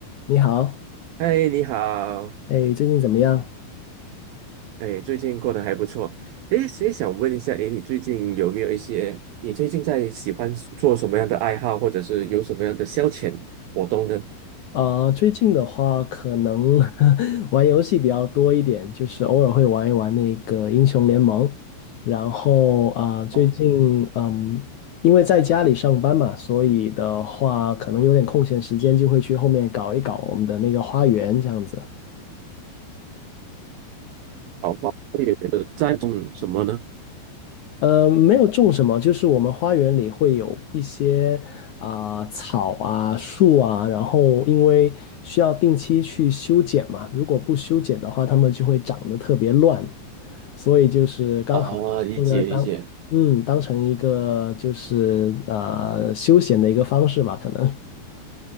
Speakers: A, on the left (about 70°); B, on the right (about 85°).
A: 你好，
B: 嗨，你好，
A: 哎，最近怎么样？
B: 哎，最近过得还不错。哎，所以想问一下，哎，你最近有没有一些，你最近在喜欢做什么样的爱好，或者是有什么样的消遣活动呢？
A: 啊、最近的话，可能 <laughs> 玩游戏比较多一点，就是偶尔会玩一玩那个英雄联盟。然后啊、最近嗯，
B: 哦，
A: 因为在家里上班嘛，所以的话，可能有点空闲时间，就会去后面搞一搞我们的那个花园这样子。
B: 好吧，也在种什么呢？
A: 呃，没有种什么，就是我们花园里会有一些啊、草啊、树啊，然后因为需要定期去修剪嘛，如果不修剪的话，它们就会长得特别乱，所以就是刚好那个当嗯当成一个就是呃休闲的一个方式吧，
B: 啊，理解理解。
A: 可能